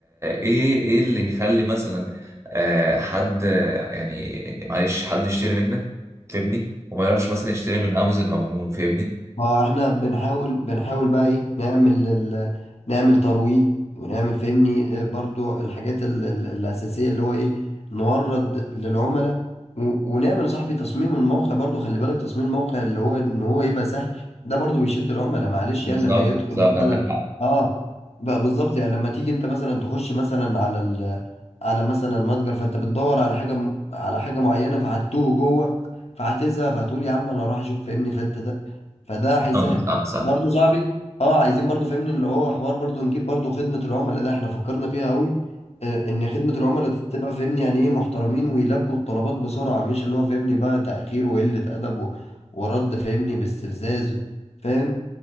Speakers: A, on the right; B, on the left.
A: ايه ايه اللي يخلي مثلا آه، حد يعني معلش حد يشتري منك فاهمني وما يروحش مثلا يشتري من امازون او من فاهمني
B: ما احنا بنحاول بنحاول بقى ايه نعمل ال... نعمل ترويج ونعمل فهمني آه، برضو الحاجات ال... ال- الأساسية اللي هو ايه نورد للعملاء و... ونعمل يا صاحبي تصميم الموقع برضو خلي بالك تصميم الموقع اللي هو ان هو يبقى سهل ده برضو بيشد العملاء معلش
A: بالظبط
B: يعني لما يدخل
A: بالظبط
B: مثلا
A: عندك حق
B: اه بقى بالظبط يعني لما تيجي انت مثلا تخش مثلا على ال... على مثلا متجر فانت بتدور على حاجة م- على حاجة معينة فهتوه جوه فهتزهق فهتقول يا عم انا اروح اشوف فهمني فانت فده هيسهل
A: طبعا صح صح
B: برضه صاحبي اه عايزين برضه فهمني اللي هو حوار برضه نجيب برضه خدمة العملاء ده احنا فكرنا فيها قوي آه، ان خدمة العملاء تبقى فاهمني يعني ايه محترمين ويلبوا الطلبات بسرعة مش اللي هو فاهمني بقى تأخير وقلة أدب و- ورد فاهمني باستفزاز فاهم